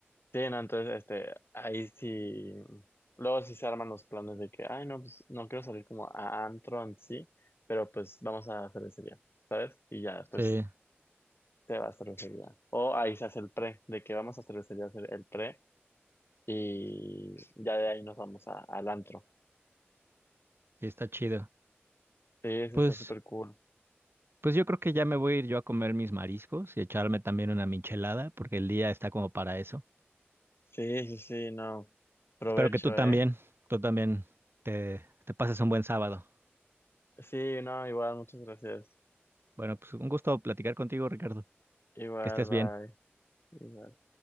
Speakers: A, on the left; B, on the right.
A: Sí, no, entonces, este, ahí sí, luego sí se arman los planes de que, ay, no, pues, no quiero salir como a antro en sí, pero pues vamos a cervecería, ¿sabes? Y ya, pues,
B: Sí,
A: te vas a cervecería. O ahí se hace el pre, de que vamos a cervecería a hacer el pre y ya de ahí nos vamos a, al antro.
B: sí, está chido.
A: Sí,
B: Pues,
A: sí, está súper cool.
B: pues yo creo que ya me voy a ir yo a comer mis mariscos y echarme también una michelada, porque el día está como para eso.
A: Sí, sí, sí, no. Provecho,
B: Espero que tú también,
A: ¿eh?
B: tú también te, te pases un buen sábado.
A: Sí, no, igual, muchas gracias.
B: Bueno, pues un gusto platicar contigo, Ricardo.
A: Igual,
B: Que estés
A: bye.
B: bien.
A: Igual.